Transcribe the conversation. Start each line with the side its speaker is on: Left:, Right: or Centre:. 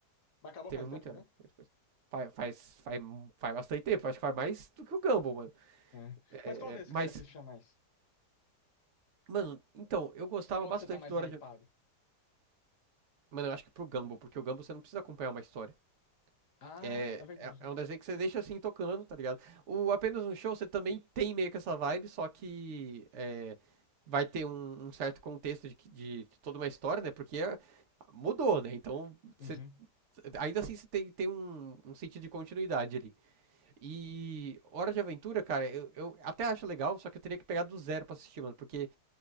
Left: Mas acabou
Right: Teve
Left: faz
Right: muita,
Left: tempo também?
Right: muita coisa. Faz, faz, faz, faz bastante tempo, acho que faz mais do que o Gumball, mano.
Left: É.
Right: É,
Left: Mas qual desses
Right: é, mas,
Left: que você assistia mais?
Right: mano, então, eu gostava
Left: Qual
Right: bastante
Left: que você tá mais
Right: do
Left: hypado?
Right: Hora de. Mano, eu acho que pro Gumball, porque o Gumball você não precisa acompanhar uma história.
Left: Ah,
Right: É,
Left: é verdade.
Right: é, é
Left: né?
Right: um desenho que você deixa assim tocando, tá ligado? O Apenas um Show você também tem meio que essa vibe, só que é, vai ter um, um certo contexto de, de, de toda uma história, né? Porque é- mudou, né? Então, você-
Left: Uhum.
Right: ainda assim você tem, tem um, um sentido de continuidade ali. E Hora de Aventura, cara, eu, eu até acho legal, só que eu teria que pegar do zero pra assistir, mano. Porque,